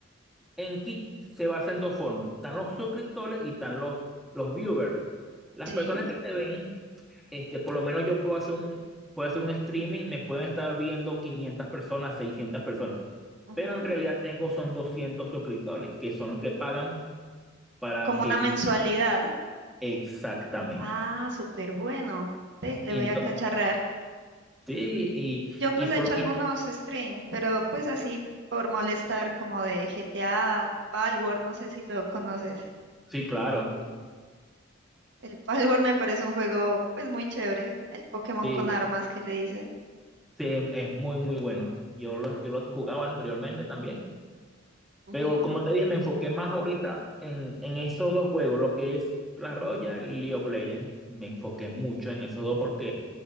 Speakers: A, in the centre; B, on the right.
A: en Kick se basan en dos formas. Están los suscriptores y están los, los viewers. Las
B: ¿sí?
A: personas que te ven, este, por lo menos yo puedo hacer un, puedo hacer un streaming, me pueden estar viendo 500 personas, 600 personas.
B: Ujú.
A: Pero en realidad tengo son 200 suscriptores, que son los que pagan para
B: Como
A: que
B: una mensualidad.
A: yo... Exactamente.
B: Ah, súper bueno. Ve, le
A: Y
B: voy
A: entonces,
B: a cacharrar.
A: sí,
B: Yo
A: y,
B: pues
A: y por
B: he hecho
A: lo
B: algunos
A: menos...
B: streams, pero pues así por molestar como de GTA, Palworld, no sé si lo conoces.
A: Sí, claro.
B: El Palworld me parece un juego pues muy chévere, el Pokémon
A: Sí,
B: con armas que le dicen.
A: Sí, es muy, muy bueno. Yo lo, yo lo jugaba anteriormente también,
B: Ujú.
A: pero como te dije, me enfoqué más ahorita en, en esos dos juegos, lo que es Clash Royale y League of Legends. Me enfoqué mucho en esos dos porque